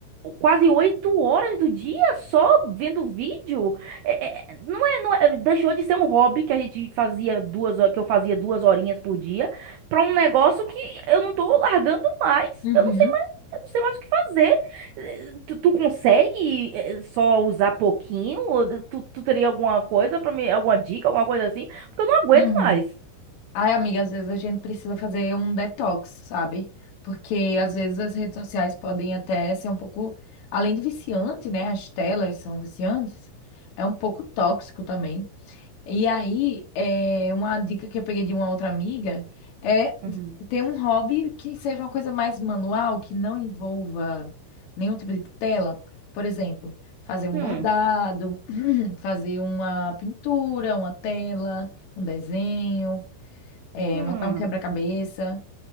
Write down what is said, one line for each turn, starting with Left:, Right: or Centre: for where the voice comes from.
Right: quase oito horas do dia só vendo vídeo. É- é- é, não é, não é- deixou de ser um hobby que a gente fazia duas, ho- que eu fazia duas horinhas por dia, pra um negócio que eu não tô largando mais.
Left: Uhum.
Right: Eu não sei mais, eu não sei mais o que fazer. Tu, tu consegue eh, só usar pouquinho? Ou Tu, tu teria alguma coisa pra me, alguma dica, alguma coisa assim? Porque eu não aguento
Left: Uhum.
Right: mais.
Left: Ai, amiga, às vezes a gente precisa fazer um detox, sabe? Porque às vezes as redes sociais podem até ser um pouco, além de viciante, né? As telas são viciantes, é um pouco tóxico também. E aí, é, uma dica que eu peguei de uma outra amiga é
Right: Uhum.
Left: ter um hobby que seja uma coisa mais manual, que não envolva nenhum tipo de tela. Por exemplo, fazer um
Right: Hum,
Left: bordado, <clears throat> fazer uma pintura, uma tela, um desenho, é,
Right: hum,
Left: montar um quebra-cabeça.